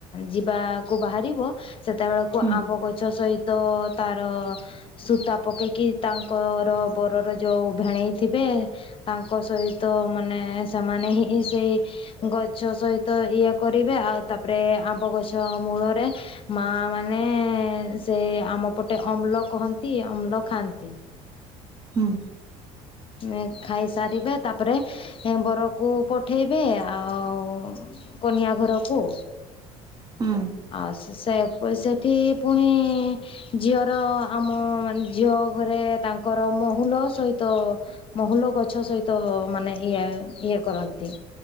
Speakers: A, on the left; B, on the right.
A: ଯିବାକୁ ବାହାରିବ ସେତେବେଳକୁ
B: ହୁଁ
A: ଆମ୍ବ ଗଛ ସହିତ ତ ତାର ସୂତା ପକେଇକି ତାଙ୍କର ବରର ଯୋଉ ଭେଣେଇଥିବେ ତାଙ୍କ ସହିତ ମାନେ ସେମାନେ ହିଁ ସେଇ ଗଛ ସହିତ ଏୟା କରିବେ ଆଉ ତାପରେ ଆମ୍ବ ଗଛ ମୂଳରେ ମା ମାନେ ସେ ଆମ ପଟେ ଅମ୍ଲ କହନ୍ତି ଅମ୍ଳ ଖାଆନ୍ତି।
B: ହୁଁ।
A: ଏଁ ଖାଇସାରିବେ ତାପରେ ହେଁ ବରକୁ ପଠେଇବେ ଆଉ କନିଆ ଘରକୁ
B: ହୁଁ।
A: ଆ ସେ ସେ ସେଠି ପୁଣି ଝିଅର ଆମ ମା ଝିଅ ଘରେ ତାଙ୍କର ମହୁନ ସହିତ ମୋହୁଲ ଗଛ ସହିତ ମାନେ ଇଏ ଇଏ କରନ୍ତି।